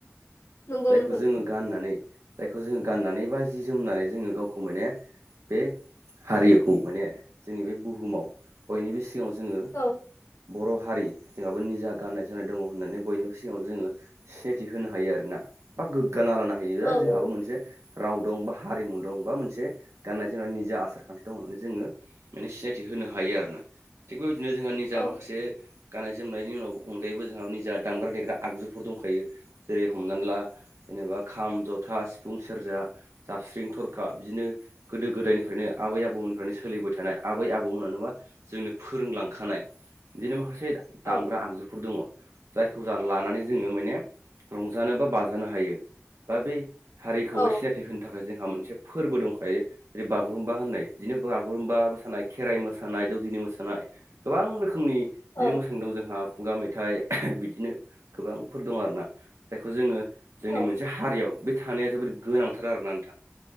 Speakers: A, on the left; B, on the right.
A: नंगौ
B: जायखौ
A: नोंथां
B: जोङो गाननानै जायखौ जोङो गाननानै बा जि जोमनानै जोङो गावखौ माने बे हारिखौ माने जोंनि बे बुहुमाव बयनिबो सिगाङाव जोङो
A: औ
B: बर' हारि जोंहाबो निजा गाननाय जोमनाय दङ होननानै बयनिबो सिगाङाव जोङो सिनायथि होनो हायो आरोना बा गोग्गाना लानो हायो
A: औ नंगौ नोंथां नंगौ
B: जोंहाबो मोनसे राव दं बा हारिमु दं बा मोनसे गाननाय जोमनाय निजा आसार खान्थि दं होननानै जोङो माने सिनायथि होनो हायो आरोना थिग बेबायदिनो जोंहा निजा
A: औ
B: माखासे गाननाय जोमनायनि उनाव अनगायैबो जोंहा निजा दामग्रा देग्रा आगजुफोर दंखायो जेरै हमनानै ला जेनेबा खाम जथा सिफुं सेर्जा जाबस्रिं थरखा बिदिनो गोदो गोदायनिफ्रायनो आबै आबौमोननिफ्रायनो सोलिबाय थानाय आबै आबौ मोना नो मा जोंनो फोरोंलांखानाय बिदिनो माखासे दामग्रा
A: औ
B: आगजुफोर दङ जायखौ लानानै जोङो माने रंजानो बा बाजानो हायो बा बे हारिखौबो
A: औ
B: सिनायथि होनो थाखाय जोंहा मोनसे फोरबो दंखायो। बे बागुरुम्बा होननाय बिदिनो बागुरुम्बा मोसानाय खेराइ मोसानाय दौदिनि मोसानाय गोबां रोखोमनि
A: औ
B: बिदिनो मोसानाय दं जोंहा खुगा मेथाइ बिदिनो गोबांफोर दं आरोना जायखौ जोङो जोंनि
A: औ
B: मोनसे हारियाव बे थानाया जोबोर गोनांथार आरोना नोंथां